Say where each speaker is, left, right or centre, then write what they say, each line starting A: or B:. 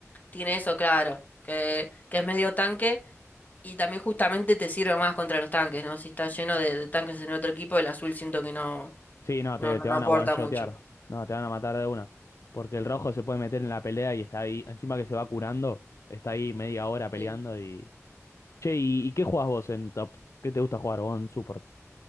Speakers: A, on the left (about 30°); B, on the left (about 60°).
A: tiene eso claro, que, que es medio tanque y también justamente te sirve más contra los tanques, ¿no? Si está lleno de, de tanques en otro equipo, el azul siento que no,
B: Sí, no,
A: no,
B: te,
A: no,
B: te
A: no
B: van
A: aporta
B: a one-shotear.
A: mucho.
B: No, te van a matar de una. Porque el rojo se puede meter en la pelea y está ahí. Encima que se va curando, está ahí media hora peleando
A: Sí.
B: y. Che, ¿y, y qué jugás vos en top? ¿Qué te gusta jugar vos en support?